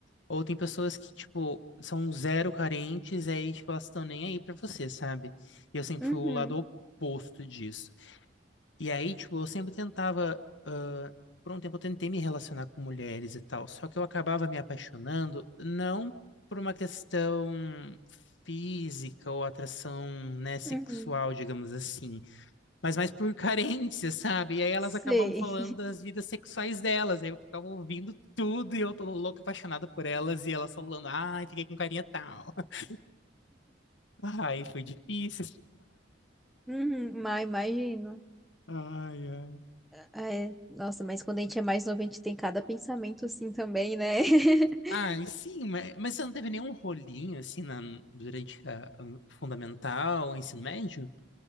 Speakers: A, on the left; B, in the centre.
A: ou tem pessoas que, tipo, são zero carentes, e aí, tipo, elas estão nem aí pra você, sabe? E eu sempre
B: Uhum.
A: fui o lado oposto disso. E aí, tipo, eu sempre tentava, ah, por um tempo eu tentei me relacionar com mulheres e tal, só que eu acabava me apaixonando, não por uma questão física ou atração, né, sexual,
B: Uhum.
A: digamos assim mas mais por <laughs> carência, sabe? E aí elas
B: Sei.
A: acabavam falando das vidas sexuais delas, aí eu ficava ouvindo tudo e eu tô louca, apaixonada por elas, e elas falando, ai, fiquei com carinha tal. <laughs> Ai, foi difícil.
B: Uhum. Mas imagino.
A: Ai, ai.
B: Ah, É, Nossa, mas quando a gente é mais novo, a gente tem cada pensamento assim também, né? <laughs>
A: Ai, sim, mas, mas você não teve nenhum rolinho, assim, na, durante a, o fundamental, o ensino médio?